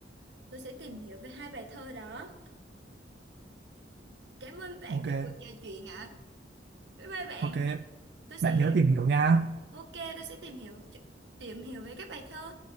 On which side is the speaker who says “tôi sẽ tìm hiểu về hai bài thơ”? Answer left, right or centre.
Right